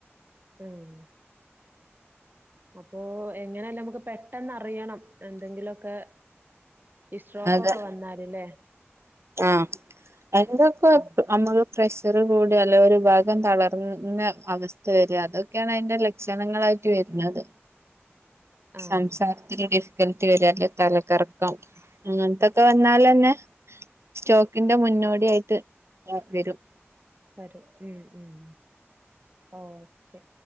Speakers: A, on the right; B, on the right.
A: ഉം. അപ്പൊ എങ്ങനെയാലും നമുക്ക് പെട്ടെന്ന് അറിയണം എന്തെങ്കിലുംക്കെ. ഈ സ്ട്രോക്കൊക്കെ
B: അതെ
A: വന്നാൽല്ലേ?
B: ആഹ് അയ്ന്റൊക്കെ
A: ഉം
B: നമ്മള്. പ്രഷർ കൂടാ അല്ലെ ഒരു ഭാഗം തളർന്ന അവസ്ഥ വരിക അതൊക്കെയാണ് അയ്ന്റെ ല ക്ഷണങ്ങളായിട്ട് വരുന്നത്
A: ആഹ്
B: സംസാരത്തിൽ. ൽറ്റ് വരാ തലക്കറക്കം അങ്ങനത്തൊക്കെ വന്നാലന്നെ. സ്റ്റോക്കിന്റെ മുന്നോടിയായിട്ട് ഹ് വരും
A: വരും ഉം ഉംഓക്കെ